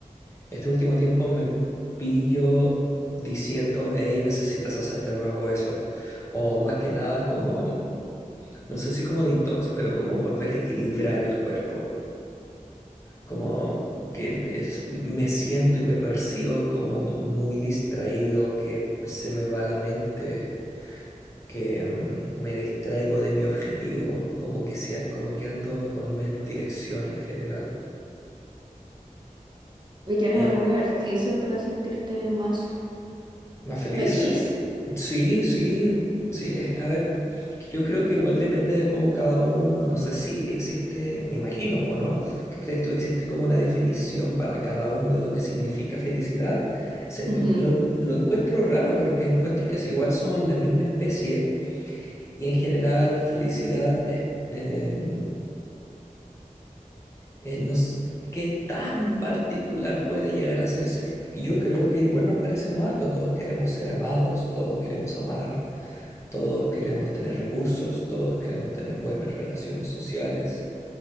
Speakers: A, on the left; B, on the right.
A: este último tiempo me pillo diciendo, hey, necesitas hacer de nuevo eso. O más que nada como, no sé si como detox, pero como volver a equilibrar el cuerpo. Como que es- me siento y me percibo como muy distraído, que se me va la mente. que mm, me distraigo de mi objetivo, como que, sea- como que ando con menos dirección en general.
B: y tienes
A: Eh,
B: algún ejercicio para sentirte más
A: más feliz.
B: feliz.
A: Sí, sí, sí. eh, A ver, que yo creo que igual depende de cómo cada uno, no sé si existe, me imagino, po, ¿no? ¿Qué crees tú? ¿Existe como una definición para cada uno de lo que significa felicidad? Se-
B: Ujú.
A: me- lo, en- lo encuentro raro porque encuentro que es- igual somos la misma especie y en general felicidad es... em, eh, no s- qué tan particular puede llegar a ser. Si, yo creo que igual nos parecemos harto. Todos queremos ser amados, todos queremos amar, todos queremos tener recursos, todos queremos tener buenas relaciones sociales